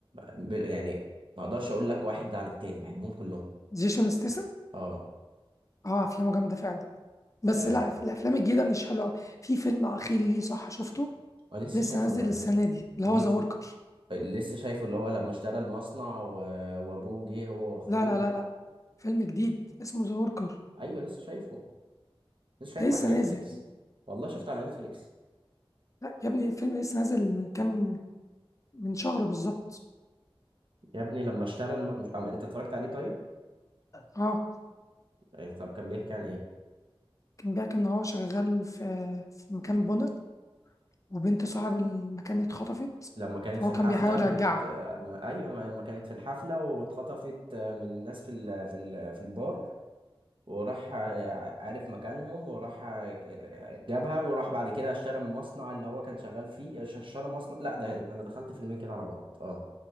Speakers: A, on the right; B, on the left.
A: ب- يعني ما أقدرش أقول لك واحد ده عن التاني بحبهم كلهم
B: جيسون ستيسن
A: أه
B: اه افلامه جامده فعلا بس
A: آه،
B: لا في الافلام الجديده مش حلوه أوي. في فيلم اخير ليه صح شفته
A: أنا لسه
B: لسه
A: شايفه
B: نازل
A: قريب
B: السنه دي اللي
A: بيك
B: هو ذا وركر
A: لسه شايفه اللي هو لما اشترى المصنع و... وابوه جه هو واخوه
B: لا لا لا لا فيلم جديد اسمه ذا وركر
A: ايوه لسه شايفه لسه شايفه
B: ده لسه
A: على
B: نازل
A: نتفليكس والله شفته على نتفليكس
B: لا يا ابني الفيلم لسه نازل من كام من شهر بالظبط
A: يا ابني لما اشترى الم... مش- أم... انت اتفرجت عليه طيب
B: اه
A: إيه، طب كان بيحكي عن ايه
B: كان بيحكي إن هو شغال في في مكان بنا وبنت صاحب المكان اتخطفت
A: لما كانت
B: فهو
A: في الحفله
B: كان بيحاول
A: بت...
B: يرجعها
A: ما... ايوه لما كانت في الحفله واتخطفت من الناس في ال... في ال... في البار وراح ع- عارف مكانهم وراح ع- جابها وراح بعد كده اشترى من المصنع اللي هو كان شغال فيه اشترى مصنع لا ده انا دخلت فيلمين كده على بعض اه